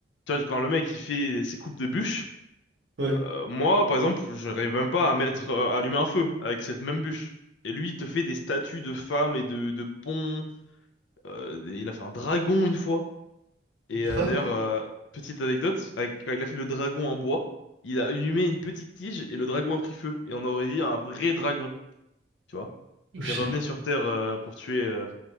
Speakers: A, on the left; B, on the right.
A: Tu vois, quand le mec il fait ses coupes de bûches,
B: ouais.
A: euh, moi par exemple, je rêve même pas à mettre, euh, à allumer un feu avec cette même bûche. Et lui, il te fait des statues de femmes et de, de ponts. Euh, il a fait un dragon une fois. Et
B: Dragon?
A: euh, d'ailleurs, euh, petite anecdote, avec- quand il a fait le dragon en bois, il a allumé une petite tige et le dragon a pris feu. Et on aurait dit un vrai dragon, tu vois,
B: Je
A: qui
B: sais.
A: revenait sur Terre euh, pour tuer euh,